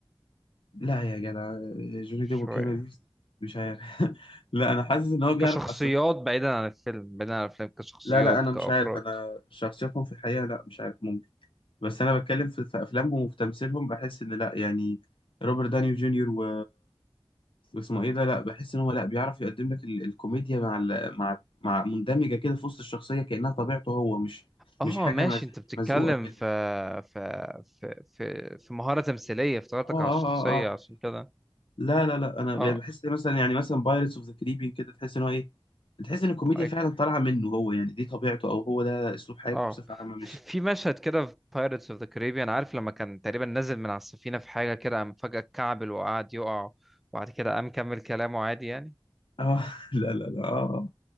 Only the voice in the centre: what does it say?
شوية
كشخصيات
بعيدا عن الفيلم بعيدا عن الفيلم كشخصيات
كأفراد
اه
ماشي
انت بتتكلم
في في في في, في مهارة تمثيلية افتكرتك
على
الشخصية
عشان كده
اه
like
اه
في في مشهد كده في بايرتس اوف ذا كاريبيان عارف لما كان تقريبا نازل من على السفينه في حاجه كده قام فجاه اتكعبل وقعد يقع وبعد كده قام كمل كلامه عادي يعني